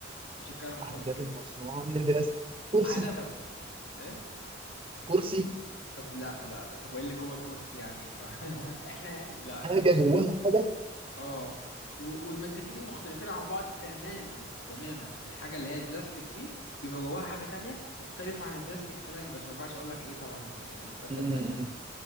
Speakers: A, on the left; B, on the right.
A: مش هتكلم أكتر
B: عمودات
A: من كده
B: مصنوعه من البلاستيك كرسي
A: عادة إيه؟
B: كرسي
A: طب لا لا لا طب وإيه اللي جوه الكرسي يعني ما <laughs> إحنا يعني لا لا
B: حاجه جواها حاجه
A: آه و- والمادتين مختلفين عن بعض تماما تماما الحاجة اللي هي البلاستيك دي بيبقى جواها حاجة تانية مختلفة عن البلاستيك تماما بس ما ينفعش أقول لك إيه طبعا هي المادة
B: مم.
A: التانية دي